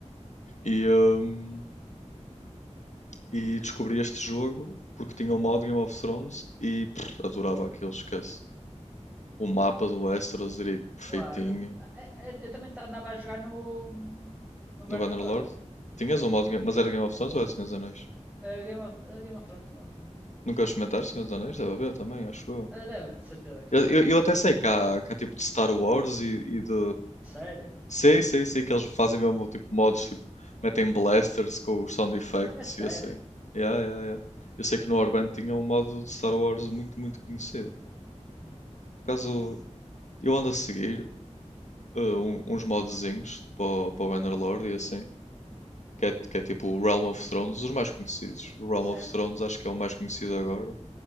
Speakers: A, on the left (about 75°); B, in the centre.
A: E, hum, e descobri este jogo porque tinha o modo Game of Thrones e pff, adorava aquilo, esquece. O mapa do Westeros direito perfeitinho
B: claro. Ah, é- é- Eu, também ta- andava a jogar no, no Bannerlord.
A: no Bannerlord. Tinhas
B: Sim.
A: o modo, Ga- mas era Game of Thrones ou era Senhor dos Anéis?
B: Ah, Game of, ah, Game of Thrones, Game of Thrones.
A: Nunca experimentaste Senhor dos Anéis? Deve haver também, acho eu.
B: Ah, deve- de certeza que
A: Eu,
B: já deve
A: eu-
B: haver.
A: eu até sei que há, que há tipo de Star Wars e, e de,
B: Sério?
A: Sei, sei, sei que eles fazem mesmo tipo mods, tipo, metem blasters com os sound effects
B: É sério?
A: e assim. Yeah, yeah, yeah. Eu sei que no Warband tinha um modo de Star Wars muito, muito conhecido.
B: Hum,
A: Por acaso, eu ando a seguir eh, um- uns modzinhos para o Bannerlord e assim, que é, que é tipo o Realm of Thrones, os mais conhecidos. O Realm
B: certo.
A: of Thrones acho que é o mais conhecido agora.